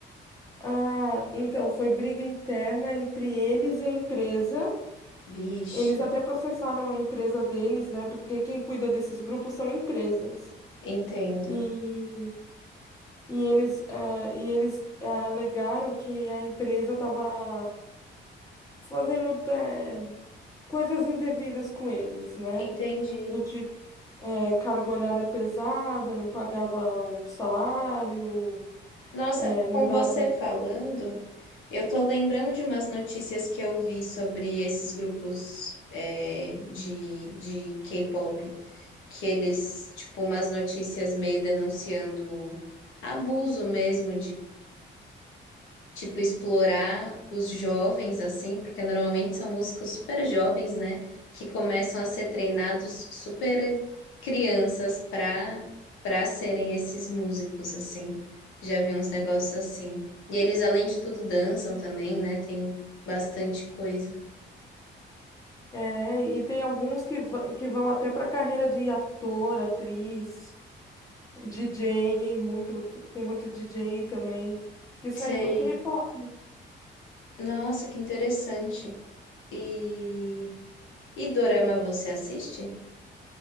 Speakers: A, on the left; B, on the left.
A: Ah, então foi briga interna entre eles e a empresa.
B: Vixe,
A: Eles até processaram a empresa deles, né? Porque quem cuida desses grupos são empresas.
B: entendo,
A: E, e eles, ah, e eles ah, alegaram que a empresa estava fazendo eh, coisas indevidas com eles, né?
B: entendi.
A: Do tipo, é, carga horária pesada, não pagava o salário,
B: Nossa,
A: é, não
B: com
A: dava.
B: você falando, eu tô lembrando de umas notícias que eu vi sobre esses grupos é, de, de K-pop, que eles, tipo, umas notícias meio denunciando abuso mesmo tipo, explorar os jovens, assim, porque normalmente são músicos super jovens, né? Que começam a ser treinados super crianças para para serem esses músicos, assim. Já vi uns negócios assim. E eles, além de tudo, dançam também, né? Tem bastante coisa.
A: É, e tem alguns que, va- que vão até para carreira de ator, atriz, DJ, muito, tem muito DJ também, que saiu
B: Sei.
A: do K-pop.
B: Nossa, que interessante. E, e dorama você assiste?